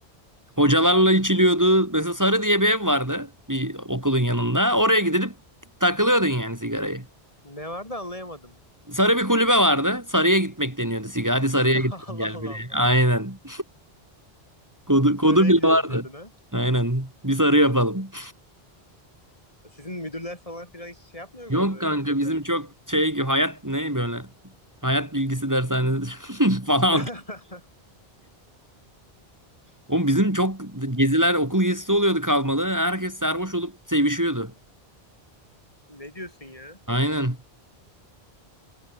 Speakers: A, on the right; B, on the left.
A: Hocalarla içiliyordu. Mesela Sarı diye bir ev vardı bir okulun yanında. Oraya gidip takılıyordun yani sigarayı.
B: Ne vardı anlayamadım.
A: Sarı bir kulübe vardı. Sarı'ya gitmek deniyordu sigara. Hadi Sarı'ya
B: <laughs>
A: gidelim
B: Allah
A: gel
B: Allah
A: bir diye.
B: Allah.
A: Aynen. Kodu, kodu
B: Saraya
A: bile
B: gidiyorum
A: vardı.
B: diyordun ha.
A: Aynen. Bir Sarı yapalım.
B: Sizin müdürler falan filan hiç şey yapmıyor muydu
A: Yok
B: böyle?
A: kanka bizim
B: güzel?
A: çok şey hayat ne böyle hayat bilgisi dershanesi <laughs> falan.
B: <laughs>
A: Oğlum bizim çok geziler okul gezisi oluyordu kalmalı. Herkes sarhoş olup sevişiyordu.
B: Ne diyorsun ya?
A: Aynen.